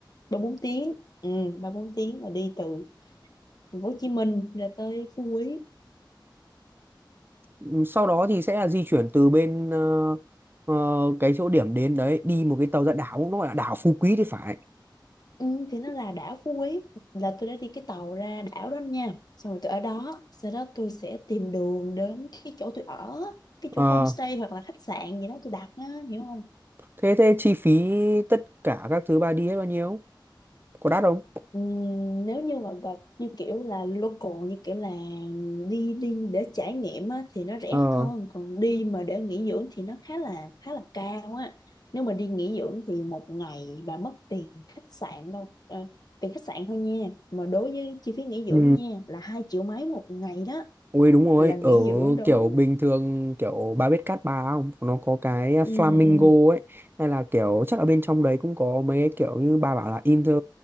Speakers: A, on the left (about 55°); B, on the right (about 25°).
A: ba bốn tiếng ừ ba bốn tiếng là đi từ thành phố Hồ Chí Minh ra tới Phú Quý
B: ừ, sau đó thì sẽ là di chuyển từ bên ờ, ờ, cái chỗ điểm đến đấy đi một cái tàu ra đảo nó gọi là đảo Phú Quý thì phải
A: ừ, thì nó là đảo Phú Quý là tôi đã đi cái tàu ra đảo đó nha xong rồi tôi ở đó sau đó tôi sẽ tìm đường đến cái chỗ tôi ở cái
B: Ờ,
A: chỗ homestay hoặc là khách sạn gì đó tôi đặt á hiểu không
B: Thế thế chi phí tất cả các thứ bà đi hết bao nhiêu? Có đắt không?
A: Ừm, nếu như mà gặp như kiểu là local như kiểu là đi đi để trải nghiệm á, thì nó rẻ
B: Ờ.
A: hơn còn đi mà để nghỉ dưỡng thì nó khá là khá là cao á nếu mà đi nghỉ dưỡng thì một ngày bà mất tiền khách sạn đâu ờ, tiền khách sạn thôi nha mà đối với chi phí nghỉ
B: Ừ.
A: dưỡng nha là hai triệu mấy một ngày đó
B: Ôi đúng rồi,
A: là nghỉ
B: ở
A: dưỡng đó
B: kiểu bình thường kiểu bà biết Cát Bà không? Nó có cái flamingo
A: ừ ừ
B: ấy hay là kiểu chắc ở bên trong đấy cũng có mấy cái kiểu như bà bảo là Inter